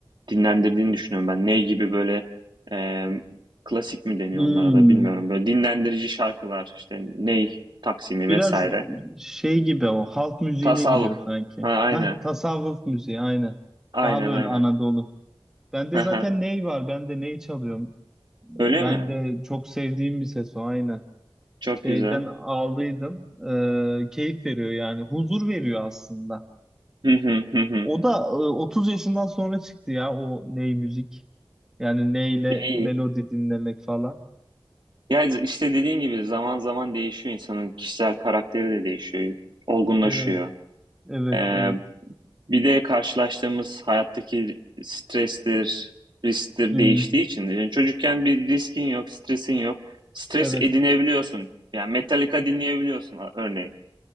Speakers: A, on the right; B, in the centre.
A: Dinlendirdiğini düşünüyorum ben. Ney gibi böyle, emm, klasik mi deniyor
B: Hmm.
A: onlara da bilmiyorum. Böyle dinlendirici şarkılar, işte Ney, Taksim'i
B: Biraz
A: vs.
B: şey gibi o halk müziğine
A: Tasavvuf.
B: giriyor sanki.
A: Ha, aynen.
B: Hah, tasavvuf müziği aynen.
A: Aynen,
B: Daha böyle
A: aynen.
B: Anadolu. Bende
A: <laughs> Hı
B: zaten ney var? Ben de ney çalıyorum. Ben
A: Öyle mi?
B: de çok sevdiğim bir ses o aynen.
A: Çok
B: Şeyden
A: güzel.
B: aldıydım. Ee, keyif veriyor yani. Huzur veriyor aslında.
A: Hı hı, hı hı.
B: O da e, 30 yaşından sonra çıktı ya o ney müzik. Yani neyle
A: İyi.
B: melodi dinlemek falan.
A: Ya, işte dediğin gibi zaman zaman değişiyor, insanın kişisel karakteri de değişiyor, olgunlaşıyor.
B: Evet, evet,
A: Eee
B: evet.
A: Bir de karşılaştığımız hayattaki strestir, risktir
B: Hmm,
A: değiştiği için. Yani çocukken bir riskin yok, stresin yok. Stres
B: evet.
A: edinebiliyorsun. Yani Metallica dinleyebiliyorsun örneğin.